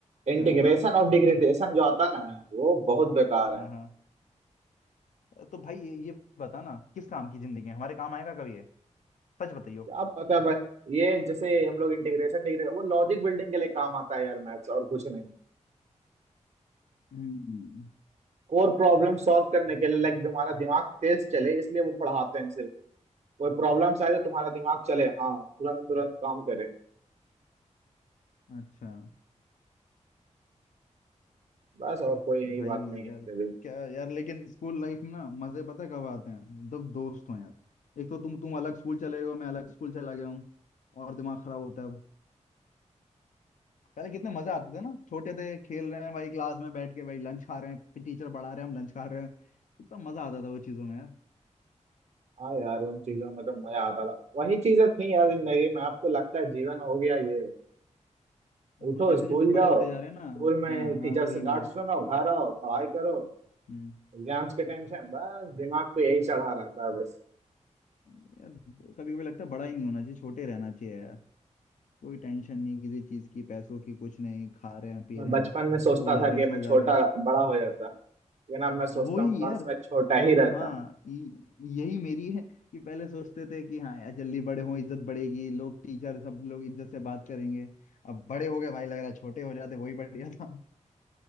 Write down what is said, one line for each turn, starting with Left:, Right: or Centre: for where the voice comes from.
Right: इंटीग्रेशन
Left: हाँ
Right: ऑफ डिग्रेडेशन जो आता ना वो बहुत बेकार
Left: हाँ
Right: है
Left: हाँ तो भाई ये ये बता ना किस काम की जिंदगी है हमारे काम आएगा कभी है सच बताइयो
Right: क्या पता है भाई ये जैसे हम लोग इंटीग्रेशन डिग्रेडेशन वो लॉजिक बिल्डिंग के लिए काम आता है यार मैथ्स और कुछ नहीं।
Left: हम्म
Right: कोर प्रॉब्लम सॉल्व करने के लिए लाइक तुम्हारा दिमाग तेज चले इसलिए वो पढ़ाते हैं सिर्फ कोई प्रॉब्लम्स आए तो तुम्हारा दिमाग चले हाँ तुरंत तुरंत काम करे
Left: अच्छा
Right: बस और कोई यही
Left: भाई
Right: बात नहीं है
Left: यार
Right: इनके लिए
Left: क्या यार लेकिन स्कूल लाइफ में ना मजे पता है कब आते हैं जब दोस्त हो यार एक तो तुम तुम अलग स्कूल चले गए हो मैं अलग स्कूल चला गया हूँ और दिमाग खराब होता है पहले कितने मजे आते थे ना छोटे थे खेल रहे हैं भाई क्लास में बैठ के भाई लंच खा रहे हैं टीचर पढ़ा रहे हैं हम लंच खा रहे हैं कितना मजा आता था वो चीजों में यार
Right: हाँ यार उन चीजों में तो मजा आता था वही चीजें थी यार जिंदगी में आपको लगता है जीवन हो गया ये उठो
Left: और जैसे
Right: स्कूल
Left: जैसे
Right: जाओ
Left: बड़े होते
Right: स्कूल
Left: जा रहे हैं ना
Right: में
Left: हाँ
Right: टीचर
Left: हाँ वही
Right: से
Left: वही
Right: डांट सुनो घर आओ पढ़ाई करो
Left: हम्म
Right: एग्जाम्स के टेंशन बस दिमाग को यही चढ़ा रहता है बस
Left: यार कभी कभी लगता है बड़ा ही नहीं होना चाहिए छोटे रहना चाहिए यार कोई टेंशन नहीं किसी चीज की पैसों की कुछ नहीं खा रहे हैं पी
Right: मैं
Left: रहे
Right: बचपन
Left: हैं
Right: में सोचता
Left: स्कूल जा
Right: था
Left: रहे
Right: कि
Left: हैं
Right: मैं
Left: सो
Right: छोटा
Left: जा रहे हैं
Right: बड़ा हो जाता लेकिन अब मैं सोचता
Left: हाँ वही
Right: हूँ काश
Left: यार
Right: मैं छोटा ही रहता
Left: हाँ य- यही मेरी है कि पहले सोचते थे कि हाँ यार जल्दी बड़े हों इज्जत बढ़ेगी लोग टीचर सब लोग इज्जत से बात करेंगे अब बड़े हो गए भाई लग रहा है छोटे हो जाते वही बढ़िया था